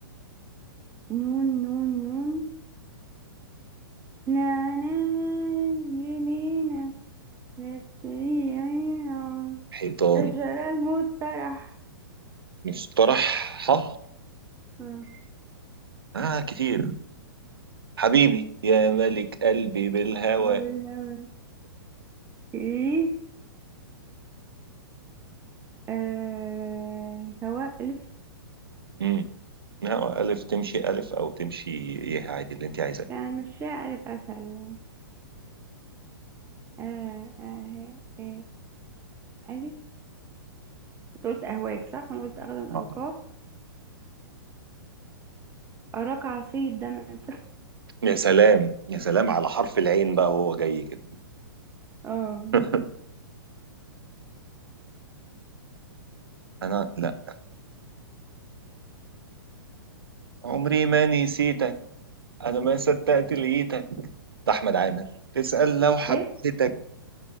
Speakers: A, on the right; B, on the right.
A: نون نون نون نعناع جنينة بس هي عيون.
B: حيطان
A: شجرة المسترح
B: مصطلح ها
A: عفوا.
B: اه كتير حبيبي يا ملك قلبي بالهوى
A: دور الهوا ايه آه هواء ألف
B: امم هوا ألف تمشي ألف أو تمشي إيه عادي اللي أنت عايزاه
A: لا مشاء ألف أسهل يعني. آه آه آه ألف أنت قلت أهواك صح وأنا قلت أغدا
B: اه
A: ألقاك أراك عصير دمع ف-
B: يا سلام يا سلام على حرف العين بقى وهو جاي كده
A: اه
B: <laughs> أنا لا عمري ما نسيت انا ما صدقت لقيتك ده احمد عامر تسأل لو حبيتك
A: كيف